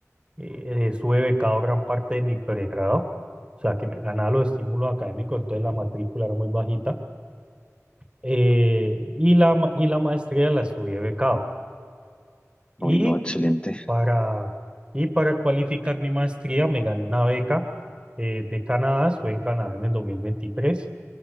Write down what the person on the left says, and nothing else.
Uy, no, excelente.